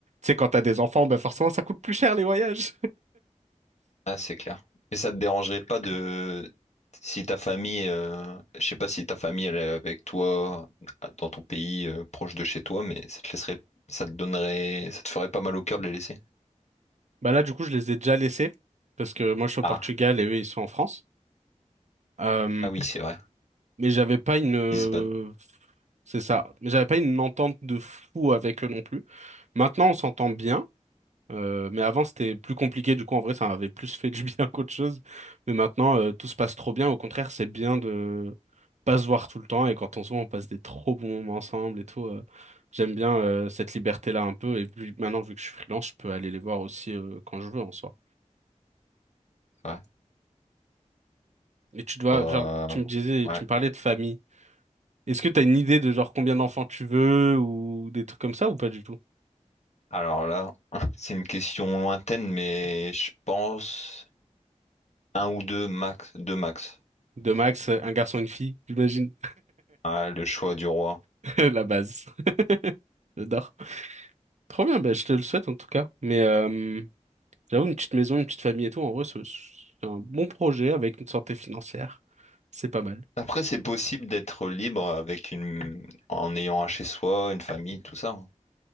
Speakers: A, on the right; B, on the left.
A: sais, quand t'as des enfants, ben, forcément, ça coûte plus cher les voyages.
B: Ah, c'est clair. Mais ça te dérangerait pas de
A: <laughs>
B: si ta famille, euh, je sais pas si ta famille elle est avec toi ah, dans ton pays euh, proche de chez toi, mais ça te laisserait, ça te donnerait, ça te ferait pas mal au cœur de les laisser.
A: Bah là, du coup, je les ai déjà laissés parce que moi, je suis au
B: Ah,
A: Portugal et eux, ils sont en France. Euh,
B: ah oui, c'est vrai.
A: mais j'avais pas une,
B: Lisbonne,
A: c'est ça. Mais j'avais pas une entente de fou avec eux non plus. Maintenant, on s'entend bien. euh, mais avant, c'était plus compliqué. Du coup, en vrai, ça m'avait plus fait du bien <laughs> qu'autre chose. Mais maintenant, euh, tout se passe trop bien. Au contraire, c'est bien de pas se voir tout le temps. Et quand on se voit, on passe des trop bons moments ensemble et tout. euh, j'aime bien euh, cette liberté-là un peu. Et puis maintenant, vu que je suis freelance, je peux aller les voir aussi euh, quand je veux en soi.
B: c'est vrai.
A: Et tu dois,
B: Euh,
A: genre, tu me disais,
B: ouais.
A: tu me parlais de famille. Est-ce que t'as une idée de genre combien d'enfants tu veux ou des trucs comme ça ou pas du tout?
B: Alors là, <laughs> c'est une question lointaine, mais je pense un ou deux max, deux max.
A: De max, un garçon, une fille, j'imagine.
B: Ah, le choix du roi.
A: <laughs> La base. <laughs> J'adore. Trop bien, bah, je te le souhaite en tout cas. Mais euh, j'avoue, une petite maison, une petite famille et tout, en vrai, c'est c'est un bon projet avec une santé financière. C'est pas mal.
B: Après, c'est possible d'être libre avec une... en ayant un chez soi, une famille, tout ça. hein.